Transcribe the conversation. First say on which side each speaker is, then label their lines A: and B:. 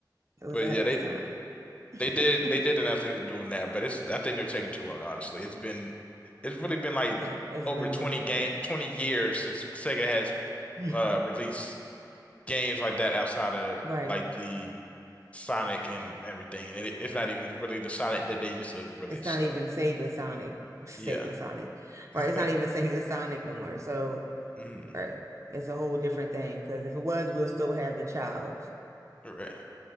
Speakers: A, on the right; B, on the left.
A: it was
B: But
A: ahead
B: yeah,
A: of
B: they
A: its time. <laughs>
B: they did they did announce they were doing that, but it's I think they're taking too long, honestly. It's been it's really been like
A: Yeah, it's
B: over
A: been
B: 20
A: way too
B: game 20 years since Sega has
A: early.
B: uh released games like that outside of
A: <laughs> Right.
B: like the Sonic and everything, and it, it's not even really the Sonic that they used to release.
A: it's not
B: So
A: even Sega Sonic, Sega
B: yeah,
A: Sonic, right?
B: <laughs>
A: It's not even Sega Sonic no more. So,
B: mm,
A: right, it's a whole different thing because if it was, we'll still have the child.
B: right.